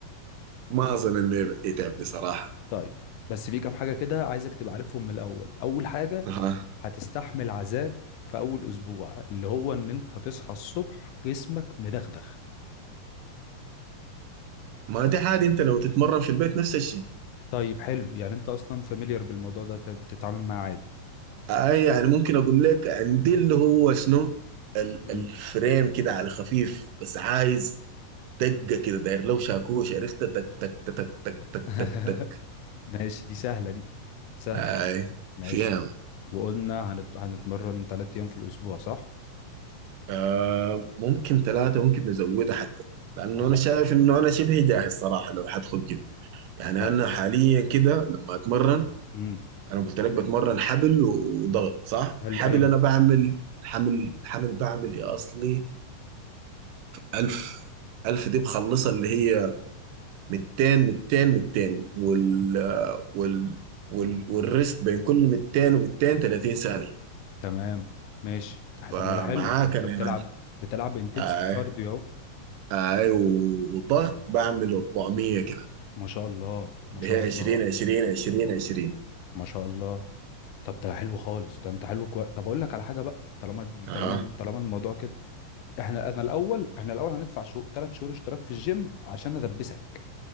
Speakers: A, on the right; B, on the left.
A: ما اظن انه يتعبني صراحه
B: طيب بس في كام حاجة كده عايزك تبقى عارفهم من الأول أول حاجة
A: اها
B: هتستحمل عذاب في أول أسبوع اللي هو إن أنت هتصحى الصبح جسمك مدغدغ
A: ما دي عادي انت لو تتمرن في البيت نفس الشيء
B: طيب حلو يعني أنت أصلا فاميليار بالموضوع ده طب بتتعامل معاه عادي
A: آه يعني ممكن اقول لك عندي اللي هو شنو ال-
B: مم.
A: الفريم كده على خفيف بس عايز دقه كده داير لو شاكوش عرفت تك تك تك تك تك تك
B: <laughs>
A: تك تك
B: ماشي دي سهلة دي سهلة
A: اي
B: ماشي
A: فيها
B: وقلنا هنت... هنتمرن تلات أيام في الأسبوع صح؟
A: آه ممكن ثلاثه ممكن نزودها حتى لانه
B: طب
A: انا
B: ح-
A: شايف انه انا شبه جاهز صراحه لو حدخل جيم يعني
B: طيب
A: انا حاليا كده لما اتمرن
B: مم.
A: انا قلت لك بتمرن حبل وضغط صح
B: حلو
A: حبل
B: أيوه
A: انا بعمل حمل حمل بعمل يا اصلي ألف ألف دي بخلصها اللي هي 200 200 200 وال وال وال والريست بين كل 200 و200 30 ثانية
B: تمام ماشي
A: فمعاك
B: طب ما ده حلو ده أنت
A: انا
B: بتلعب
A: يا معلم
B: بتلعب انتنسيتي
A: اي
B: كارديو أهو
A: اي وضغط بعمل 400 كده
B: ما شاء الله ما
A: اللي
B: شاء
A: هي
B: الله
A: 20 20 20 20
B: ما شاء الله طب ده حلو خالص ده انت حلو كويس طب اقول لك على حاجه بقى طالما
A: اها
B: طالما طالما الموضوع كده احنا انا الاول احنا الاول هندفع شو ثلاث شهور اشتراك في الجيم عشان ادبسك